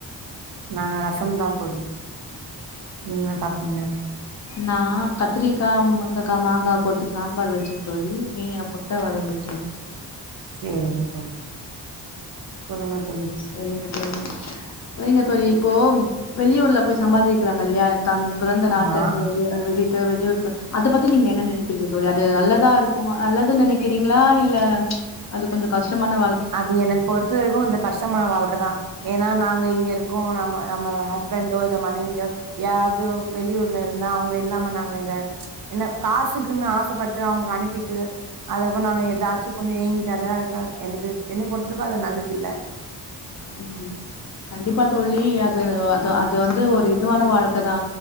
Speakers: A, on the right; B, on the left.
A: நாங்க ரசம்தா தோழி நீங்களு சாப்ட்டீங்க
B: நா கத்திரிக்கா மு முருங்கக்கா மாங்கா போட்டு சாம்பார் வச்ச தோழி மீ அ முட்ட வருவல் தோழி
A: சேரிங்க தோழி சொல்லுங்க தோழி
B: செரிங்க தோழி செரிங்க தோழி இப்போ வெளியூர்ல போய் சம்பாதிக்கிறாங்க இல்லையா தன் பிறந்த
A: ஆமா
B: நாட்ட வ விட்டுட் டு வெளியூர்க்கு அதப் பத்தி நீங்க என்ன நெனக்கிறீங்க தோழி அது நல்லதா இருக்குமா நல்லது நெனக்கிறீங்களா இல்ல அது கொஞ்சொ கஷ்டமான வ
A: அது எனக் பொறுத்த வரைக்கு கொஞ்சொ கஷ்டமான வாழ்க்க தா ஏன்னா நாங்க இங்க இரு க்கோ நம்ம நம்ம ஹஸ்பண்டோ இல்ல மனைவியோ யாராது வெளியூர்ல இருந்தா அவுங்க இல்லாம நாங்க எங்க என்ன காசுக்குன்னு ஆசப்பட்டு அவுங்க அனுப்பிட்டு அதுக்கப்றோ நாங்க ஏதாச்சு கொஞ்சொ ங்கிட்டு அதா அழுக எனக்கு என்னை பொருத்தளக்கு அது நல்லதில்ல
B: உம் கண்டிப்பா தோழி அது அது அது வந்து ஒரு இதுவான வாழ்க் கதா